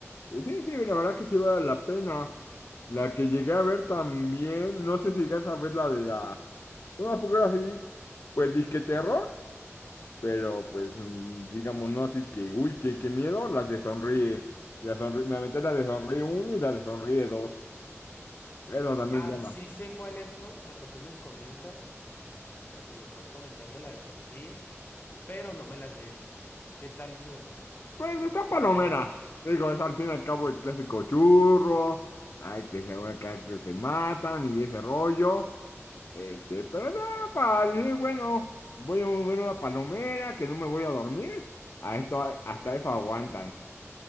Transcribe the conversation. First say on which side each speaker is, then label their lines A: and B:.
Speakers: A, on the left (about 55°); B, on the left (about 40°).
A: Y sí, sí, la verdad que sí vale la pena. La que llegué a ver también, no sé si llegas a ver la de la... Una película así, pues disque terror, pero pues mm, digamos no así que, uy, qué, qué miedo, las de Sonríe. La Sonríe- me aventé la de Sonríe uno y la de Sonríe dos Esa también
B: Ah,
A: ya la...
B: sí sé cuáles son, a que tú me comentas, la, la que me estás comentando, la de Sonríe, pero no me las he visto. ¿Qué tal son? Eh,
A: Pues está
B: ¿qué
A: palomera.
B: tal es la trama?
A: Digo, es al fin y al cabo el clásico churro, ay, que se, acá que se matan y ese rollo. Este, pero nada, para decir, bueno, voy a mover una palomera, que no me voy a dormir. A esto, hasta eso aguantan.